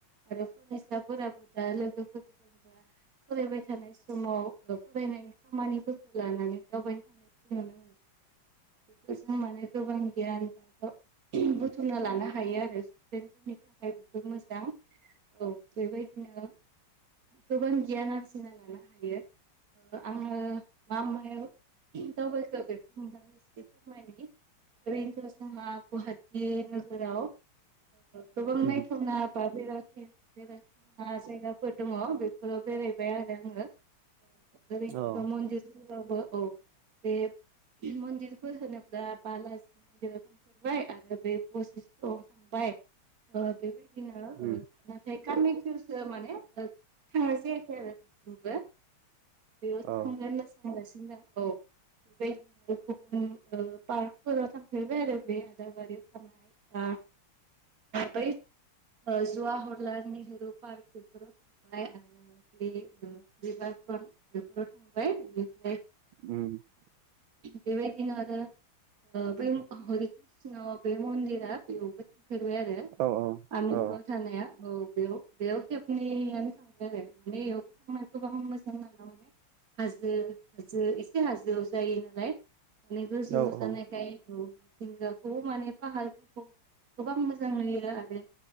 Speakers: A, on the right; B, on the right.
A: आरो फरायसाफोराबो दा लोगोफोरजोंबो फरायबाय थानाय समाव फरायनायनि खामानिफोरखौ लानानै दावबायनो थांना <unintelligible> बेखौ जों माने गोबां गियान <unintelligible> बुथुमना लानो हायो आरो स्टुदेन्टफोरनि थाखाय बेबो मोजां औ बेबायदिनो गोबां गियान आरजिना लानो हायो आङो मा मायाव दावबायखो बेखौ नोंथांनो फोरमायनि ओरैथ' जोंहा गुवाहाटि नोगोराव गोबां
B: उम
A: नायथावना बा बेरायबाय <unintelligible> <unintelligible> जायगाफोर दङ बेफोराव बेरायबाय आरो आङो ओरैनोथ'
B: औ
A: मन्दिर <unintelligible> औ बे मनदिर फोर होनोब्ला बालाजि मन्दिराव थांफेरबाय आरो बे बयसिस्तआव थांबाय ओ बेबायदिनो
B: उम
A: ओ नाथाय कामाख्यायावसो माने थांनाय जायाखै आरो दासिमबो बेयाव थांगोन
B: औ
A: होनना सानगासिनो दं औ बेबायदिनो पार्कफोराव थांफेरबाय आरो बे आदाबारियाव थानाय बा बै जवाहरलाल नेहरु पार्क बेफोराव थांबाय आरो बे रिभार प्रन्ट बेफोराव थांबाय बेनिफ्राय
B: <unintelligible>
A: बेबायदिनो आरो बे हरि कृष्ण बे मन्दिरा बेयावबो थांफेरबाय आरो
B: औ औ
A: आमिनगावाव
B: औ
A: थानाया औ बेयाव बेयाव खेबनैयानो थां बाय आरो माने बेयावबो थांना गोबां मोजां नाङो माने हाजो हाजो एसे हाजोआव जायो नालाय माने गोजौआव
B: औ
A: जानायखाय
B: औ
A: औ मिथिंगाखौबो माने फाहारफोरखौ गोबां मोजां नुयो आरो